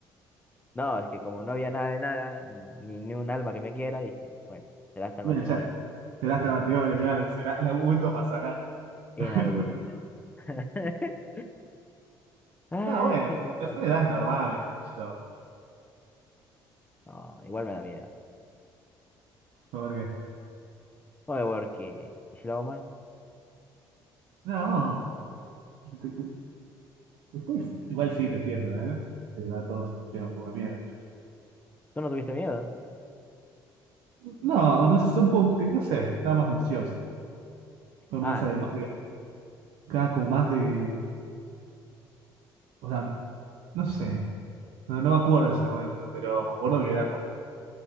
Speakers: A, on the left; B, on the right.
A: No, es que como no había nada de nada, ni, ni, ni un alma que me quiera, dije, bueno, será hasta
B: Bueno,
A: el matrimonio.
B: ya está. Será hasta el matrimonio, claro, será, en algún momento pasará.
A: Y
B: <laughs>
A: en algún momento. <laughs> Ay,
B: Está bueno,
A: señor.
B: pero son edades normales, qué sé yo.
A: No, igual me da miedo.
B: A ver qué.
A: Oye, porque, ¿y si lo hago mal?
B: No, te- te- después, igual sí, te entiendo, ¿eh? Te da todo un tema un poco de miedo, pero.
A: ¿Tú no tuviste miedo?
B: No, no sé, un poco, no sé, estaba más ansioso. Fue más,
A: Ah, en
B: además
A: sí.
B: de, cada como más de, o sea, no sé, no, no me acuerdo de ese momento, pero me acuerdo que era como,